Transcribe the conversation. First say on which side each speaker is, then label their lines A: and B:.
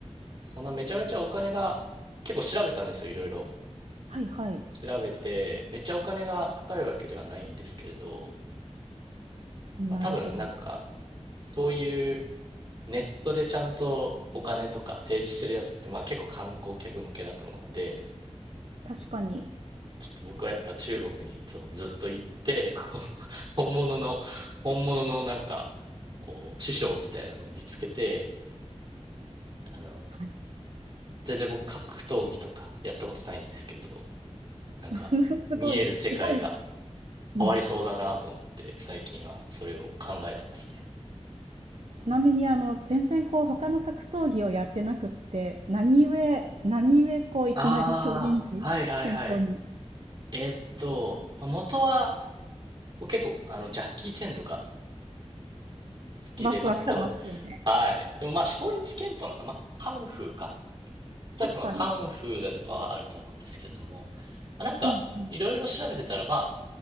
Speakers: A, on the right (about 45°); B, on the right (about 60°).
A: そんなめちゃめちゃお金が、結構調べたんですよ、いろいろ。
B: はいはい。
A: 調べて、めっちゃお金がかかるわけではないんですけれど、
B: なるほど。
A: まあ多分なんか、そういうネットでちゃんとお金とか提示してるやつって、まあ結構観光客向けだと思うので、
B: 確かに。
A: ちょっと僕はやっぱ中国にいつもずっと行って、<laughs> こう本物の、本物のなんか、こう、師匠みたいなのを見つけて、あの、
B: はい。
A: 全然僕格闘技とかやったことないんですけど、なんか、
B: <laughs> すごいすごい
A: 見える世界が
B: うん。
A: 変わりそうだなと思って、最近はそれを考えてますね。
B: ちなみに、あの、全然こう他の格闘技をやってなくって、何故何故こういきなり少林寺拳法に
A: ああ、はいはいはい。えーっと、まあ元は、結構、あの、ジャッキー・チェンとか好きで、
B: ワクワクしますよね。
A: まあ、彼は、はい。でもまあ、少林寺拳法なんか、まあ、カンフーか。さっきはカンフーだとはあると思うんですけれども、
B: 確かに。
A: まあ、なんか、
B: うんうん。
A: いろいろ調べてたら、まあ、